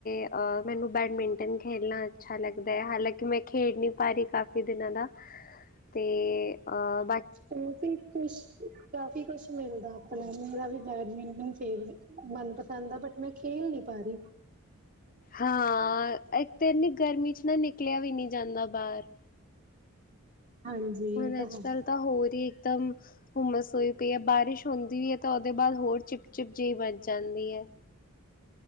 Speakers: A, on the left; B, on the right.
A: ਅਹ ''ਮੈਨੂੰ ਬੈਡਮਿੰਟਨ ਖੇਲਣਾ ਅੱਛਾ ਲੱਗਦਾ ਹੈ। ਹਾਲਾਂਕਿ ''ਮੈਂ ਖੇਡ ਨੀ ਪਾ ਰਹੀ ਕਾਫ਼ੀ ਦਿਨਾਂ ਦਾ। ਤੇ ਅਹ
B: ਕਾਫੀ ਖੁਸ਼ ਕਾਫੀ ਕੂਸ਼ ਮਿਲਦਾ ਆਪਣਾ ਮੇਰਾ ਵੀ, 'ਬੈਡਮਿੰਟਨ ਫ ਮਨਪਸੰਦ ਆ, ਬਟ ਮੈਂ ਖੇਲ ਨੀ ਪਾ ਰਹੀ।
A: ਹਾਂ, ਇੱਕ ਤਾਂ ਇਨੀ ਗਰਮੀ'ਚ ਨਾ ਨਿਕਲਿਆ ਵੀ ਨਹੀਂ ਜਾਂਦਾ ਬਾਹਰ।
B: ਹਾਂਜੀ
A: ਹੁਣ
B: ਇਹ ਤਾਂ
A: ਅੱਜ
B: ਹੈ
A: ਕੱਲ੍ਹ ਤਾਂ ਹੋਰ ਹੀ ਇੱਕਦਮ ਹੁਮਸ ਹੋਈ ਪਈ ਹੈ। ਬਾਰਿਸ਼ ਹੁੰਦੀ ਵੀ ਹੈ ਤਾਂ ਉਹਦੇ ਬਾਅਦ ਹੋਰ ਚਿਪ ਚਿਪ ਜਿਹੀ ਬਚ ਜਾਂਦੀ ਹੈ।